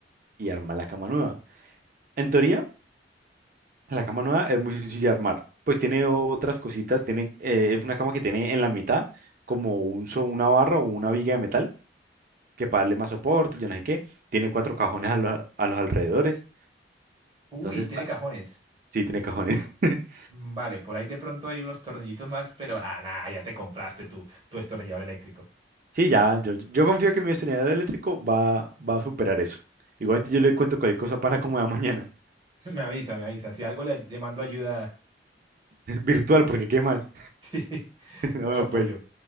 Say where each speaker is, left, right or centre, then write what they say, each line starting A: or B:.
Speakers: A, on the right; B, on the right.
A: y armar la cama nueva. En teoría, la cama nueva es muy sencilla de armar. Pues tiene otras cositas, tiene, eh, es una cama que tiene en la mitad como un, so- una barra o una viga de metal que para darle más soporte, yo no sé qué. Tiene cuatro cajones a, los- a los alrededores.
B: Uy,
A: Entonces,
B: tiene
A: va-
B: cajones.
A: sí, tiene cajones. <laughs>
B: Mm, Vale, por ahí de pronto hay unos tornillitos más, pero ah, nada, ya te compraste tu, tu destornillador eléctrico.
A: Sí, ya, yo, yo confío que mi estrenador eléctrico va, va a superar eso. Igualmente yo le cuento cualquier cosa para como de mañana.
B: <laughs> Me avisa, me avisa. Si algo le, ay- le mando ayuda,
A: <laughs> Virtual, porque ¿qué más?
B: <laughs> sí,
A: <laughs> No,
B: mucho apoyo.
A: pues